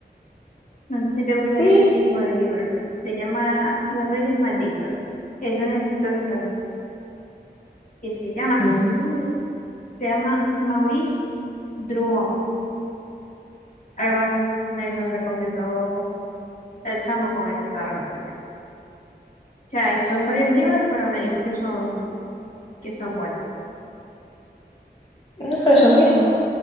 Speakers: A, on the left (about 50°); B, on the left (about 30°).
A: no sé si te gustan
B: sí.
A: ese tipo de libros. Se llama Los Reyes Malditos. Es de un escritor francés. Y se llama,
B: Mm,
A: se llama Maurice Druon, algo así. Me lo recomendó el chamo con el que estaba hablando yo. O sea, y son varios libros, pero me dijo que son, que son buenos.
B: No, pero son viejos.